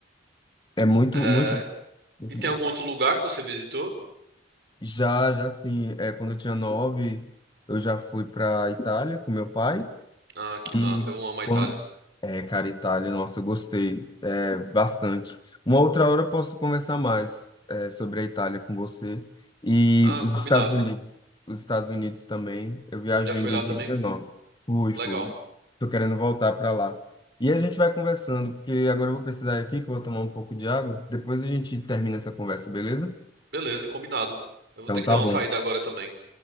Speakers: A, on the left; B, on the right.
A: É muito,
B: É,
A: muito, muito
B: e tem
A: bom.
B: algum outro lugar que você visitou?
A: Já, já sim. É, quando eu tinha nove, eu já fui para Itália com meu pai.
B: Ah, que
A: E
B: massa. Eu amo a Itália.
A: quando. É, cara, Itália, nossa, eu gostei é, bastante. Uma outra hora eu posso conversar mais é, sobre a Itália com você. E
B: Ah,
A: os
B: combinado.
A: Estados Unidos. Os Estados Unidos também. Eu viajei
B: Já foi
A: em 2019.
B: lá também?
A: Fui,
B: Legal.
A: fui. Tô querendo voltar para lá. E a gente vai conversando, porque agora eu vou precisar ir aqui, que eu vou tomar um pouco de água. Depois a gente termina essa conversa, beleza?
B: Beleza, combinado. Eu vou
A: Então
B: ter que
A: tá
B: dar
A: bom.
B: uma saída agora também.